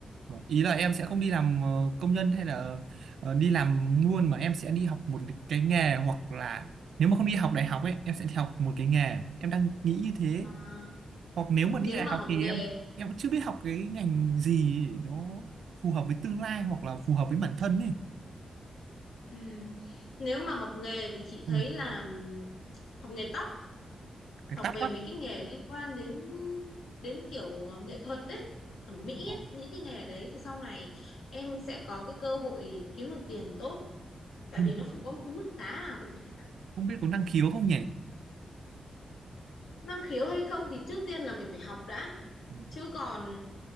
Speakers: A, on the right; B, on the left.
A: Vâng, ý là em sẽ không đi làm ờ, công nhân hay là ờ, đi làm luôn mà em sẽ đi học một cái nghề hoặc là nếu mà không đi học đại học ấy em sẽ đi học một cái nghề em đang nghĩ như thế
B: à,
A: hoặc nếu mà đi
B: nếu
A: đại
B: mà
A: học
B: học
A: thì
B: nghề
A: em em cũng chưa biết học cái ngành gì nó phù hợp với tương lai hoặc là phù hợp với bản thân ấy
B: ừ, nếu mà học nghề thì chị
A: ừ.
B: thấy là ừm, học nghề tóc
A: cái
B: học
A: tóc
B: về
A: á
B: mấy cái nghề liên quan đến đến kiểu nghệ thuật đấy thẩm mỹ
A: Ờ,
B: ấy. những cái nghề đấy thì sau này em sẽ có cái cơ hội kiếm được tiền tốt tại
A: nhưng
B: vì nó
A: không
B: không có một cái mức giá nào cụ thể cả
A: không biết có năng khiếu không nhỉ
B: năng khiếu hay không thì trước tiên là mình phải học đã
A: ừ.
B: chứ còn